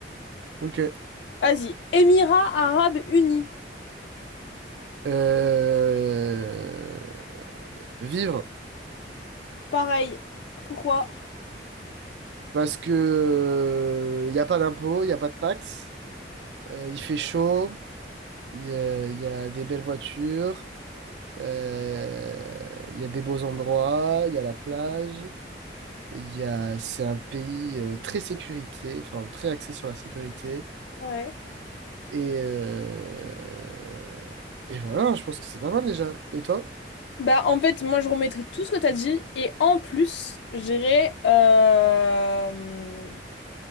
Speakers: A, on the right (about 70°); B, on the left (about 70°).
A: ok.
B: Vas-y. Émirats Arabes Unis.
A: Euh, Vivre,
B: Pareil. Pourquoi?
A: parce que il n'y a pas d'impôts, il n'y a pas de taxes, euh, il fait chaud, il y a, y a des belles voitures, Euh, il y a des beaux endroits, il y a la plage, y a... c'est un pays euh, très sécurité, enfin très axé sur la sécurité.
B: Ouais.
A: Et, euh, et voilà, je pense que c'est pas mal déjà. Et toi?
B: Bah, en fait, moi, je remettrai tout ce que t'as dit. Et en plus, je dirais euh,